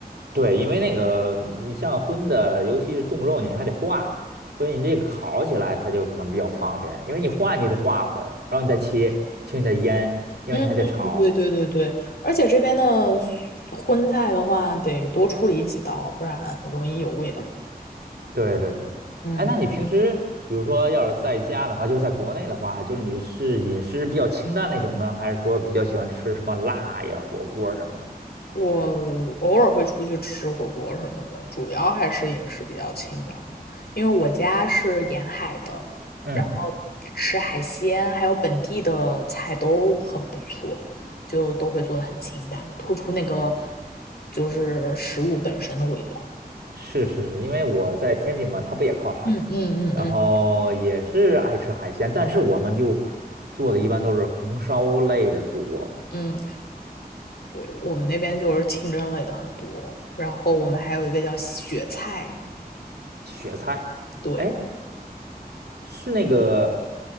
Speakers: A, on the right; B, on the left.
A: 对，因为那个你像荤的，尤其是冻肉，你还得化，所以你这个烤起来它就可能比较方便，因为你化你就得化会儿，然后你再切，切你再腌，要不你还得炒。
B: 嗯，对对对对，而且这边的荤菜的话，得多处理几道，不然容易有味道。
A: 对对对，
B: 嗯，
A: 哎，那你平时比如说要是在家的话，就是在国内的话，就是你是饮食比较清淡那种呢，还是说比较喜欢吃什么辣呀、火锅什么的？
B: 我偶尔会出去吃火锅什么的，主要还是饮食比较清淡的因为我家是沿海的，
A: 嗯，
B: 然后吃海鲜还有本地的菜都很不错，就都会做的很清淡，突出那个就是食物本身的味道。
A: 是是是，因为我在天津嘛，它不也靠海，
B: 嗯嗯嗯嗯
A: 然后也是爱吃海鲜，但是我们就做的一般都是红烧类的多，
B: 嗯。对，我们那边就是清蒸类的很多，然后我们还有一个叫雪菜，
A: 雪菜，
B: 对，
A: 哎，是那个